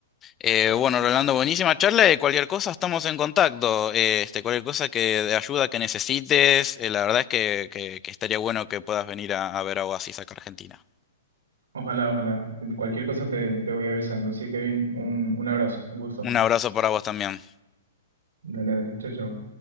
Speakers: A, on the left (about 20°); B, on the right (about 80°).
A: Eh, bueno, Rolando, buenísima charla. y Cualquier cosa estamos en contacto. Eh, este, cualquier cosa que de ayuda que necesites, eh, la verdad es que, que- que estaría bueno que puedas venir a, a ver a Oasis acá a Argentina.
B: ojalá, ojalá. Cualquier cosa te, te voy avisando. Así, Kevin, un, un abrazo, un gusto.
A: Un abrazo para vos también.
B: Dale, dale, chao, chao.